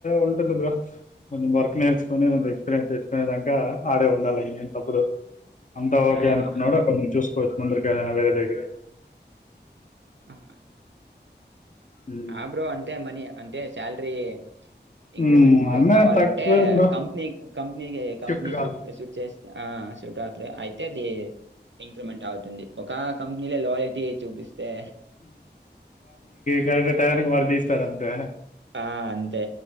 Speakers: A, on the left; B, on the right.
A: ఉంటది కొంచెం వర్క్ నేర్చుకునేంత ఎక్స్పీరియన్స్ తెచ్చుకునేదాక ఆడే ఉండాలి అయ నను తప్పుడు అంతా ఓకే
B: ఆహాహా!
A: అనుకున్నాడు కొంచ చూస్త పో ముందుకి దేనా వేరే దగ్గేరె
B: ఆ
A: ఉమ్.
B: ఆ బ్రో అంతే మనీ అంత అతే శాలరీ ఇంక్రిమెంట్
A: ఉమ్, అన్నా
B: కావాలంటే
A: తక్కువే బ్రో
B: కంపెనీ కం- నకు అయే కంపెనీషూ
A: షిఫ్ట్ కాదు
B: షిఫ్ట్ చేస్తా ఆ సూట్ అయితే అది ఇంక్రిమెంట్ అవుతుంది ఆ కంపెనీలో లాయల్టీ చూపిస్తే
A: గరెక్ట్ టయానికి పోతన నవిస్తర అంతే
B: ఆ అంతే